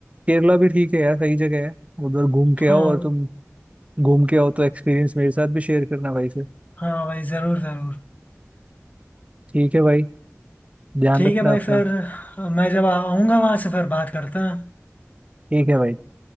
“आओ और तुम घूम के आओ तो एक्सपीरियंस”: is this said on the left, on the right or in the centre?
Right